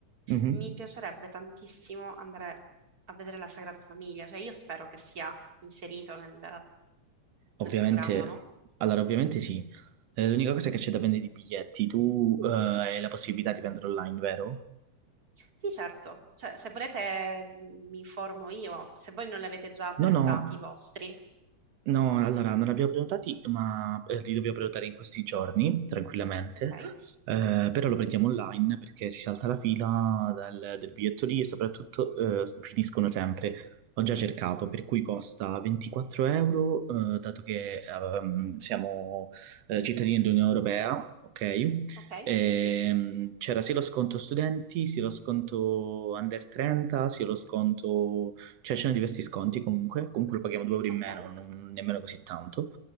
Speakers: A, on the right; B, on the right.
A: Mhm.
B: Mi piacerebbe tantissimo andare a vedere la Sagrada Famiglia, cioè io spero che sia inserito nel,
A: Ovviamente,
B: nel programma, no?
A: allora ovviamente sì. Eh, l'unica cosa è che c'è da prendere i biglietti. Tu, eh, hai la possibilità di prendere online, vero?
B: Sì, certo. Cioè, se volete mh, mi informo io, se voi non li avete già prenotati
A: No, no.
B: i vostri.
A: No, allora non li abbiamo prenotati, ma eh, li dobbiamo prenotare in questi giorni, tranquillamente.
B: Ok,
A: Eh, però lo prendiamo online perché si salta la fila dal- del, biglietto lì e soprattutto eh, finiscono sempre. Ho già cercato, per cui costa 24 euro, eh, dato che ehm, siamo eh, cittadini dell'Unione Europea, ok?
B: ok,
A: Ehm,
B: sì,
A: c'era sia lo sconto studenti, sia lo sconto under 30, sia lo sconto cioè, c'erano diversi sconti comunque, comunque lo paghiamo 2 euro in
B: ok.
A: meno, non nemmeno così tanto.